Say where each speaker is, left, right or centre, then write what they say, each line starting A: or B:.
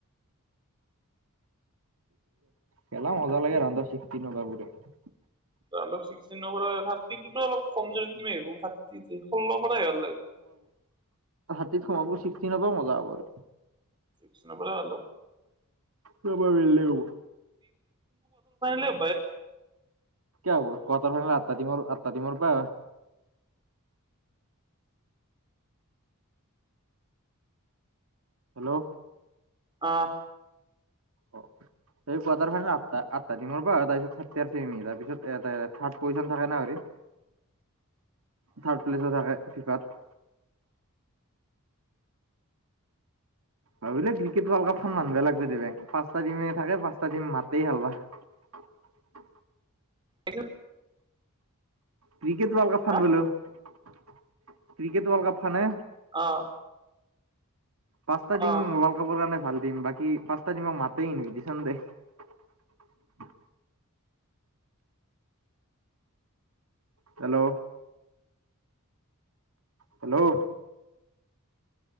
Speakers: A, on the right; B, on the right.
A: খেলা মজা লাগে ৰন্ধা শিক নজাবোৰে ।
B: <unintelligible>
A: হাতীত সোমাবোৰ চিকষতিন পৰাই মজা হ'ব আৰু
B: চিকষতিনৰ পৰাই ভাল হ
A: পুৰা বেলেগ হ'ব
B: ল <unintelligible>
A: কিয় হোৱা ক্টাৰ ফাইনেল আঠটা দিম আঠটা দিমৰ পৰা। হেল্ল'
B: অহ
A: অ কোৱাটাৰ ফাইনেল আঠটা আঠটা দিনৰৰ পৰা তাৰপিছত আৰু চেমি তাৰপিছত এটা থাৰ্ড পজিচন থাকে না হৰি থাৰ্ড প্লেছে থাকে ফিফাত- ভাবিলে ক্ৰিকেট ৱৰ্ল কাপ মানুহে লাগ পাঁচটা টিমে থাকে পাঁচটা টিম মাতে হালবা। <unintelligible>
B: এ
A: ক্ৰিকেট ৱাৰ্ল্ড কাপ ফান
B: হা
A: বোলো ক্ৰিকেট ৱৰ্ল্ড কাপ ফানে।
B: অ
A: পাচটা টম
B: অ'
A: ৱাৰ্ল্ড কাপৰ কাৰনে- ভাল দিম বাকী পাঁচ্তটা টিমক মাতেই নেকুজিছ দেই হেল্ল' হেল্ল'